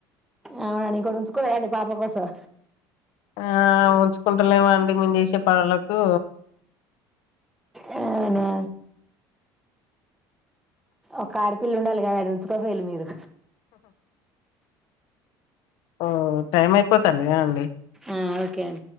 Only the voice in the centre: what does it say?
అవునా ఇంకోటి ఉంచుకోలేదండి పాప కోసం
అవునా ఒక ఆడపిల్ల ఉండాలి కదా ఉంచోకోపోయిలు మీరు
అ ఓకే అం